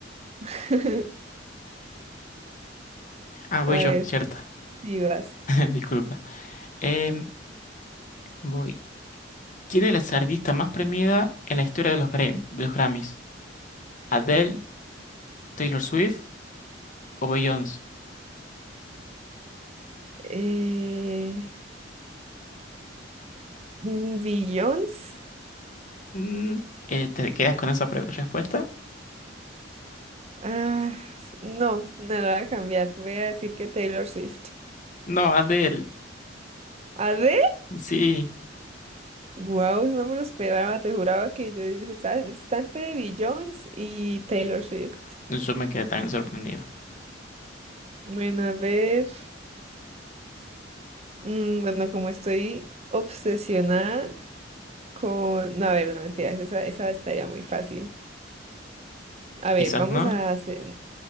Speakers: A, on the right (about 35°); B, on the left (about 45°).
A: <laughs>
B: Ah, voy
A: A
B: yo,
A: ver,
B: cierto.
A: sí vas.
B: <laughs> Disculpa. Em, voy. ¿Quién es la artista más premiada en la historia de los, Gram- de los Grammys? ¿Adele, ¿Taylor Swift o Beyoncé?
A: Eh... <sighs> Billions.
B: Mm, eh, ¿te quedas con esa pre- respuesta?
A: Ah, no, no lo voy a cambiar. Voy a decir que Taylor Swift.
B: No, Adele.
A: ¿Arre?
B: Sí,
A: Wow, no me lo esperaba. Te juraba que yo dije, "Está- está entre de Jones y Taylor Swift.
B: yo me quedé también sorprendido.
A: Bueno, a ver. mm, bueno, como estoy obsesionada con. No, a ver, no mentiras. Esa, esa estaría muy fácil. A ver,
B: Quizás
A: vamos
B: no.
A: a hacer.